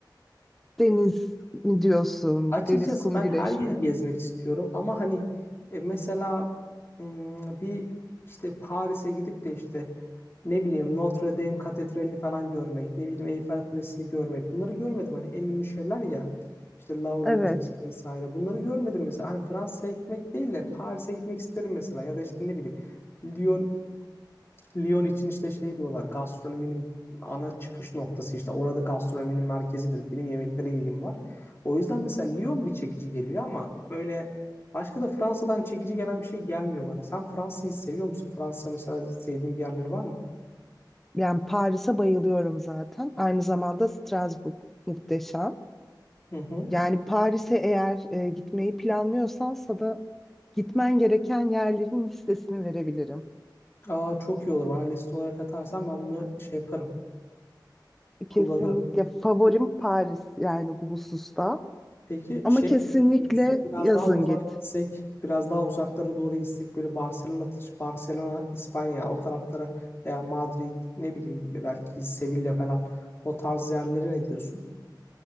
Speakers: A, in the centre; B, on the left.
A: deniz mi diyorsun?
B: açıkçası
A: Deniz, kum,
B: ben
A: güneş
B: her yeri
A: mi?
B: gezmek istiyorum ama hani e, mesela mm, bir işte Paris'e gidip de işte ne bileyim Notre Dame Katedrali'ni falan görmek, ne bileyim Eyfel Kulesi'ni görmek bunları görmedim. Hani en ünlü şeyler ya işte Louvre
A: Evet.
B: Müzesi vesaire bunları görmedim mesela. Hani Fransa'ya gitmek değil de Paris'e gitmek isterim mesela ya da işte ne bileyim Lyon Lyon için işte şey diyorlar gastronominin ana çıkış noktası işte orada gastronominin merkezidir. Benim yemeklere ilgim var. O yüzden mesela Lyon bir çekici geliyor ama böyle başka da Fransa'dan çekici gelen bir şey gelmiyor bana. Sen Fransa'yı seviyor musun? Fransa mesela sevdiğin bir yerleri var mı?
A: Yani Paris'e bayılıyorum zaten. Aynı zamanda Strasbourg muhteşem.
B: Hı hı.
A: Yani Paris'e eğer e, gitmeyi planlıyorsan sana gitmen gereken yerlerin listesini verebilirim.
B: Aa, çok iyi olur. Bana liste olarak atarsan ben bunu şey yaparım. Kullanırım.
A: Kesinlikle favorim Paris yani bu hususta.
B: Peki
A: Ama
B: şey
A: kesinlikle
B: ne düşünüyorsun? Biraz
A: yazın
B: daha uzağa
A: git.
B: gitsek, biraz daha uzaklara doğru gitsek böyle Barcelona, Barcelona, İspanya o taraflara veya Madrid ne bileyim belki Sevilla falan o tarz yerlere ne diyorsun?